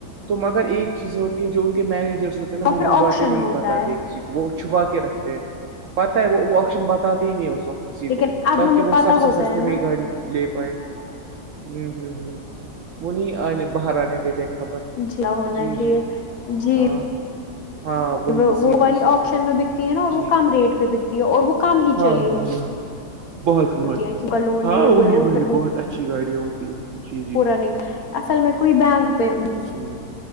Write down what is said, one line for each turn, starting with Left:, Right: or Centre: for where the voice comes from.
Right: تو مگر ایک چیز ہوتی ہے جو ان کے مینیجرس ہوتے ہیں نا وہ
Left: پھر
Right: وہ
Left: آکشن
Right: باتیں نہیں
Left: ہوتا
Right: بتاتے
Left: ہے
Right: کسی کو وہ چھپا کے رکھتے ہیں پت ہے وہ وہ آپشن بتاتے ہی نہیں ہے اس وقت کسی
Left: لیکن
Right: کو
Left: اب
Right: تاکہ
Left: ہمیں
Right: وہ
Left: پتا
Right: سب سے
Left: ہوتا
Right: سستے
Left: ہے نا
Right: میں گاڑی لے پائے ہ ہ ہ وہ نہیں آنے باہر آنے دیتے ہیں خبر
Left: جی ہونا
Right: جی
Left: چاہیے
Right: جی
Left: جی
Right: ہاں ہاں وہی
Left: وہ
Right: اسی
Left: والی
Right: اسی
Left: آکشن
Right: سے
Left: میں بکتی ہے نا اور
Right: جی
Left: وہ کم ریٹ پہ بکتی ہے اور وہ کم ہی
Right: ہاں
Left: چلی
Right: ہاں
Left: ہو
Right: ہاں بہت بہت
Left: ہوتی کیہ لون
Right: ہاں
Left: لیے
Right: وہی
Left: ہوئے اور
Right: وہی
Left: پھر وہ
Right: بہت اچھی گاڑیاں ہوتی ہیں جی جی
Left: پورا نہیں کر اصل میں کوئی بینک پہ
Right: ہی